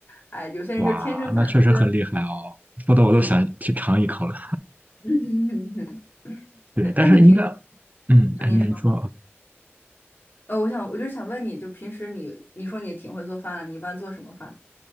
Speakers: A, on the left; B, on the right.
A: 哎，有些人就是天生发明跟
B: 哇，那确实很厉害哦，说的我都想去尝一口了。
A: 嗯。<laughs>
B: 对，
A: 对，
B: 但是应该，
A: 那你平时，
B: 嗯，
A: 嗯您说，
B: 哎，你说啊，
A: 呃，我想，我就是想问你，就平时你，你说你挺会做饭的，你一般做什么饭？